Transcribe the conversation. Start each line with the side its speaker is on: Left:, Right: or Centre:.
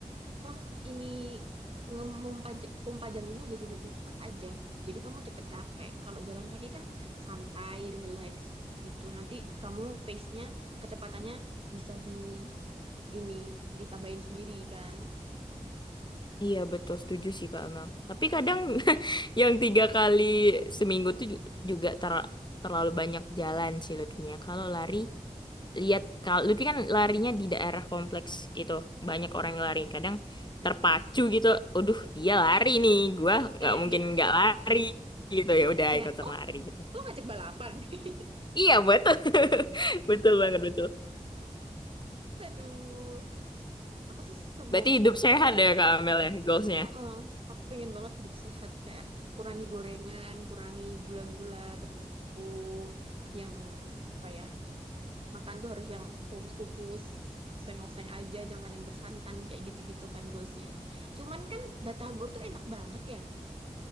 Right: apa ini nge- pompa j- pompa jantungnya jadi lebih cepat aja. Jadi kamu cepet capek. Kalau jalan kaki kan santai, relax gitu. Nanti kamu pace-nya, kecepatannya bisa di ini ditambahin sendiri kan.
Left: Iya betul setuju sih Kak Amel. Tapi kadang <laughs> yang tiga kali seminggu tuh ju- juga ter- terlalu banyak jalan sih Lutfinya. Kalau lari lihat kalau Lutfi kan larinya di daerah kompleks gitu banyak orang yang lari kadang
Right: Mm-mm.
Left: terpacu gitu aduh dia lari nih gua
Right: Kayak
Left: nggak mungkin
Right: gi-
Left: nggak lari gitu ya udah
Right: kayak
Left: ikutan
Right: oh
Left: lari gitu
Right: lu ngajak balapan. <laughs>
Left: iya betul <laughs> betul banget betul
Right: Aduh, aku sih semoga
Left: berarti hidup
Right: bisa.
Left: sehat ya Kak Amel ya goalsnya
Right: Heeh, aku pengen banget hidup sehat kayak kurangi gorengan, kurangi gula-gula, tepung-tepung, yang apa ya makan tuh harus yang kukus-kukus, oseng-oseng aja, jangan yang bersantan kayak gitu-gitu kan goalsnya. Cuman kan batagor tuh enak banget ya.